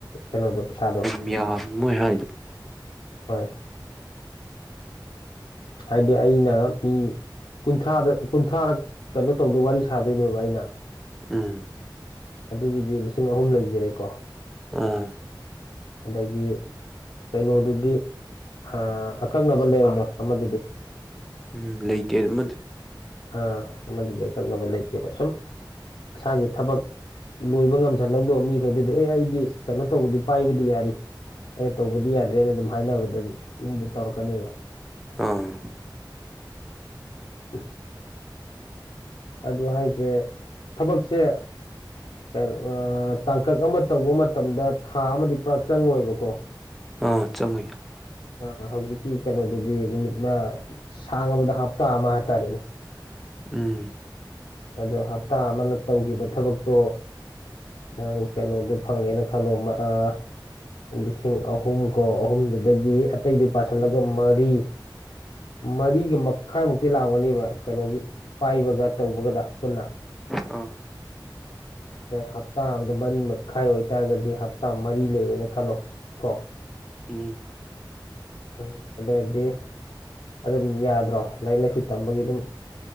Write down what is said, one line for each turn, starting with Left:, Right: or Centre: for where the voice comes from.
Left: ꯀꯩꯅꯣꯗꯣ ꯄꯩꯁꯥꯗꯣ
Centre: ꯃꯤꯌꯥꯝ ꯃꯣꯏ ꯍꯥꯏ
Left: ꯍꯣꯏ ꯍꯥꯏꯗꯤ ꯑꯩꯅ ꯃꯤ ꯀꯨꯟꯊ꯭ꯔꯥꯗ ꯀꯨꯟꯊ꯭ꯔꯥꯔꯛ ꯀꯩꯅꯣ ꯇꯧꯗꯣꯏ ꯋꯥꯔꯤ ꯁꯥꯗꯣꯏꯅꯦꯕ ꯑꯩꯅ
Centre: ꯎꯨꯝ
Left: ꯑꯗꯨꯒꯤꯗꯤ ꯂꯤꯁꯤꯡ ꯑꯍꯨꯝ ꯂꯩꯖꯔꯦꯀꯣ
Centre: ꯑꯥ
Left: ꯑꯗꯒꯤ ꯀꯩꯅꯣꯗꯨꯗꯤ ꯑꯥ ꯑꯀꯛꯅꯕ ꯂꯩꯔꯝꯃꯣꯏ ꯑꯃꯗꯨꯗꯤ
Centre: ꯎꯝ ꯂꯩꯇꯦ ꯑꯃꯗꯨ
Left: ꯑꯥ ꯑꯃꯗꯤꯗꯨꯗꯤ ꯑꯀꯛꯅꯕ ꯂꯩꯇꯦꯕ ꯁꯨꯝ ꯃꯁꯥꯒꯤ ꯊꯕꯛ- ꯂꯣꯏꯕ ꯉꯝꯁꯜꯍꯧꯗꯧꯕ ꯃꯤꯈꯩꯗꯨꯗꯤ ꯑꯦ ꯑꯩꯗꯤ ꯀꯩꯅꯣ ꯇꯧꯕꯗꯤ ꯄꯥꯏꯕꯗꯤ ꯌꯥꯔꯤ ꯑꯩꯅ ꯇꯧꯕꯗꯤ ꯌꯥꯗ꯭ꯔꯦꯅ ꯑꯗꯨꯝ ꯍꯥꯏꯅꯕꯗ ꯑꯗꯨꯝ ꯃꯤꯗꯣ ꯇꯧꯔꯛꯀꯅꯦꯕ
Centre: ꯑꯥ
Left: ꯎꯝ ꯑꯗꯨ ꯍꯥꯏꯁꯦ ꯊꯕꯛꯁꯦ ꯀꯩꯅꯣ ꯇꯥꯡꯀꯛ ꯑꯃ ꯇꯧꯕ ꯃꯇꯝꯗ ꯊꯥ ꯑꯃꯗꯤ ꯄꯨꯔꯥ ꯆꯪꯉꯣꯏꯕꯀꯣ
Centre: ꯑꯥ ꯆꯪꯉꯨꯏ ꯌꯥ
Left: ꯑ ꯍꯧꯖꯤꯛꯀꯤ ꯀꯩꯅꯣꯗꯨꯗꯤ ꯅꯨꯃꯤꯠꯅ ꯁꯥꯡꯉꯕꯗ ꯍꯞꯇꯥ ꯑꯃ ꯍꯥꯏꯇꯥꯔꯦꯅꯦ
Centre: ꯎꯨꯝ
Left: ꯑꯗꯣ ꯍꯞꯇꯥ ꯑꯃꯅ ꯇꯧꯈꯤꯕ ꯊꯕꯛꯇꯣ ꯅꯪ ꯀꯩꯅꯣꯗꯨꯣ ꯐꯪꯉꯦꯅ ꯈꯜꯂꯣ ꯑꯥ ꯂꯤꯁꯤꯡ ꯑꯍꯨꯝ ꯀꯣ ꯑꯍꯨꯝꯗꯨꯗꯒꯤ ꯑꯇꯩꯗꯨ ꯄꯁꯤꯜꯂꯒ ꯃꯔꯤ ꯃꯔꯤꯒ ꯃꯈꯥꯏꯃꯨꯛꯇꯤ ꯂꯥꯡꯒꯅꯤꯕ ꯀꯩꯅꯣꯒꯤ ꯄꯥꯏꯕꯒ ꯇꯧꯕꯒꯗ ꯄꯨꯟꯅ
Centre: ꯑꯥ
Left: ꯑ ꯍꯞꯇꯥ ꯑꯃꯗ ꯃꯔꯤ ꯃꯈꯥꯏ ꯑꯣꯏꯇꯥꯔꯒꯗꯤ ꯍꯞꯇꯥ ꯃꯔꯤ ꯂꯩꯔꯦꯅ ꯈꯜꯂꯣ ꯀꯣ
Centre: ꯎꯝ
Left: ꯎꯝ ꯑꯗꯨꯗꯗꯤ ꯑꯗꯨꯝ ꯌꯥꯗ꯭ꯔꯣ ꯂꯥꯏꯔꯤꯛ ꯂꯥꯏꯁꯨ ꯇꯝꯕꯒꯤ ꯑꯗꯨꯝ